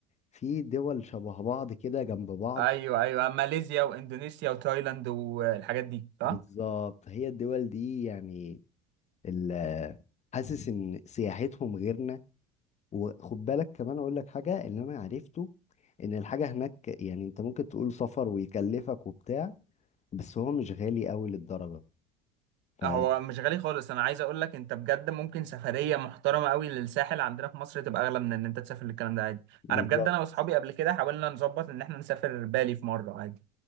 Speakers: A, on the left (about 35°); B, on the right (about 60°).
A: في دول شبه بعض كده جنب بعض
B: ايوه ايوه ماليزيا واندونيسيا وتايلاند والحاجات دي صح
A: بالظبط هي الدول دي يعني ال- حاسس ان سياحتهم غيرنا وخد بالك كمان اقول لك حاجه اللي انا عرفته ان الحاجه هناك يعني انت ممكن تقول سفر ويكلفك وبتاع بس هو مش غالي قوي للدرجه ف
B: هو مش غالي خالص انا عايز اقول لك انت بجد ممكن سفريه محترمه قوي للساحل عندنا في مصر تبقى اغلى من ان انت تسافر للكلام ده عادي
A: بالظبط
B: انا بجد انا واصحابي قبل كده حاولنا نظبط ان احنا نسافر بالي في مره عادي